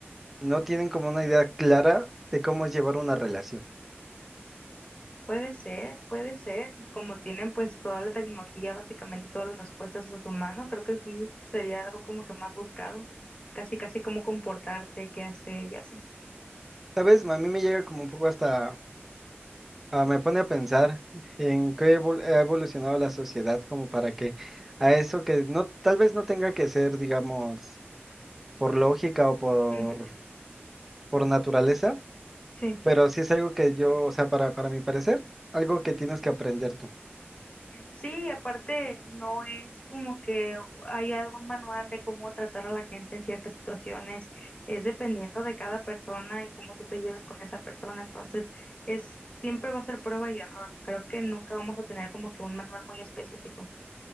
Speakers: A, in the centre; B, on the left.
A: no tienen como una idea clara de cómo es llevar una relación.
B: Puede ser, puede ser. Y como tienen pues toda la tecnología básicamente y todas las respuestas a su mano, creo que sí sería algo como que más buscado. Casi, casi como comportarse, qué hacer y así.
A: ¿Sabes? A mí me llega como un poco hasta... Ah, me pone a pensar en qué evol- ha evolucionado la sociedad como para que a eso que no, tal vez no tenga que ser, digamos, por lógica o por,
B: Ujú.
A: por naturaleza,
B: Sí.
A: pero sí es algo que yo, o sea, para, para mi parecer, algo que tienes que aprender tú.
B: Sí, y aparte no es como que hay algún manual de cómo tratar a la gente en ciertas situaciones, es dependiendo de cada persona y cómo tú te lleves con esa persona, entonces es siempre va a ser prueba y error. Creo que nunca vamos a tener como que un manual muy específico,